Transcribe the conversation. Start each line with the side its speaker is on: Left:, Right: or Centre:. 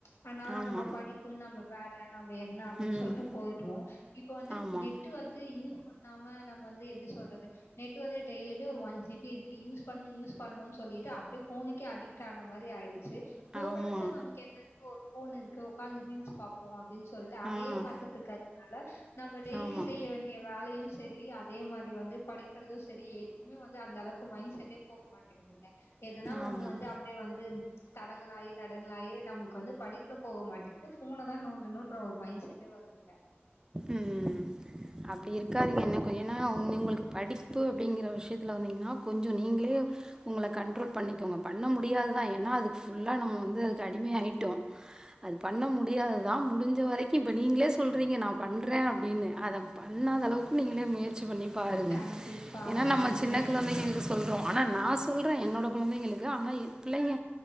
Left: அதனால
Right: ஆமா
Left: நம்ம படிப்பு நம்ம வேல நம்ம என்ன அப்டின்னு
Right: ம்
Left: சொல்லிட்டு போய்டுறோ இப்ப வந்து
Right: ஆமா
Left: நெட் டு வந்து யூஸ் பண்ணாம நம்ம வந்து எப்டி சொல்றது நெட்டு வந்து டய்லிமே ஒரு ஒன் ஜி பி இருக்கு யூஸ் பண்ணு யூஸ் பண்ணன்னு சொல்லலிகிட்டு அவ் ஃபோனுக்கே அடிட் ஆன மாரி ஆயிடுச்சு போர்
Right: ஆமா
Left: அடிச்சா நமக்கு என்ன ங்க ஒரு ஃபோன் இருக்கு உக்காந்து ரீல்ஸ் பார்போ அப்டின்னு சொல் ட்டு அதையே
Right: ஆ
Left: பாத்துட்டு இருக்கிறதுனால நம்ம டெய்லி
Right: ஆமா
Left: செய்ய வேண் செய்ய வேலையு செரி அதே மாரி வந்து படிக்கிறது செரி எதுக்குமே வந்து அந்த அளவுக்கு மைண்ட் செட்டே போக மாட்டேங்கு செய்யுதுங்க எதனா
Right: ஆமா
Left: ஒண்ணு வந்து அப்டியே வந்து தடங்களாயே தடங்களாயே நமக்கு வந்து படிப்புல போக மாட்டேக்குது ஃபோன தா நோண்டணும்ன்ற ஒரு மைண்ட் செட் டே வருதுங்க
Right: ம் அப்டி இருக்காதீங்க இன்னோ கொஞ்சோ நா என்னக்கும் ஏன்னாங்க உங்களுக்கு படிப்பு அப்படிங்கற விஷயத்துல வந்தீங்கன்னா கொஞ்சோ நீங்களே உங்கள கண்ட்ரோல் பண்ணிக்கோங்க பண்ண முடியாதுதா ஏன்னா அதுக்கு ஃபுல்லா நம்ம வந்து அதுக்கு அடிம ஆயிட்டோ அது பண்ண முடியாதுதா முடிஞ்ச வரைக்கு இப்ப நீங்ளே சொல் ரிங்க நா பண்றே அப்டின்னு அத பண்ணாத அளவுக்கு நீங்களே முயற் ச்சி பண்ணி பாருங்க
Left: கண்டிப்பாங்க
Right: ஏன்னா நம்ம
Left: இனிமேட்
Right: சின்ன குழந்தைங்க ஸ்வீ சொல்றோ ஆனா நா சொல்றே என்னோட கொழந்தைங்களுக்கு ஆனா என் பிள்ளைங்க